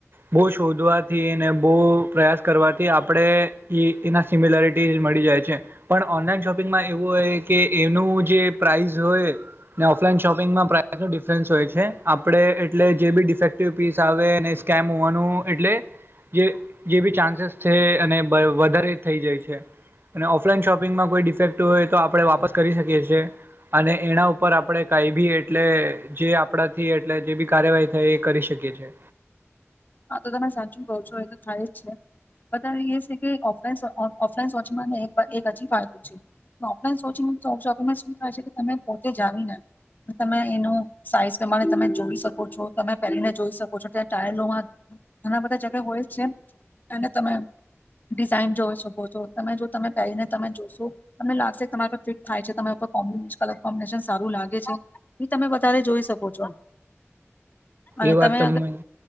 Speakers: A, on the right (about 50°); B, on the left (about 40°).
A: બઉ શોધવાથી ને બઉ પ્રયાસ કરવાથી આપડે એ એના સિમિલરિટી મળી જાય છે. પણ ઓનલાઈન શોપિંગમાં એવું હોય કે એનું જે પ્રાઇસ હોય ને ઓફલાઈન શોપિંગમાં પ્રાઇસનું ડિફરન્સ હોય છે. આપડે એટલે જે બી ડિફેક્ટિવ પીસ આવે ને સ્કેમ હોવાનું એટલે જે જે બી ચાન્સીસ છે અને વધારે થઈ જાય છે. અને ઓફલાઈન શોપિંગમાં કોઈ ડિફેક્ટિવ હોય તો આપડે વાપસ કરી શકીએ છીએ. અને એના ઉપર આપડે કઈ બી એટલે જે પડાથી એટલે જે બી કાર્યવાહી થાય એ કરી શકીએ છીએ.
B: આ તો તમે સાચું કો છો. એ તો થાય જ છે. અતારે એ છે કે ઓફઈન સો ઓન ઓફલાઈન સોચિંગમાંને એક એક હજી ફાયદો છે. ઓફલાઈન સોચિંગ શોપિંગમાં શું થાય છે. કે તમે પોતે જાણીને તમે એનો સાઈઝ પ્રમાણે તમે જોઈ શકો છો. તમે પહેરીને જોઈ શકો છો. ત્યાં ટ્રાયલોમાં ઘણા બધા જગા હોય છે. અને તમે ડિઝાઇન જોઈ શકો છો. તમે જો તમે પહેરીને તમે જોશો. તમને લાગશે તમારા પર ફિટ થાય છે. તમારે પર કોમ્બિશ કલર કોમ્બિનેશન સારું લાગે છે. ઈ તમે વધારે જોઈ શકો છો. અને
A: એ
B: તમે
A: વાત તમને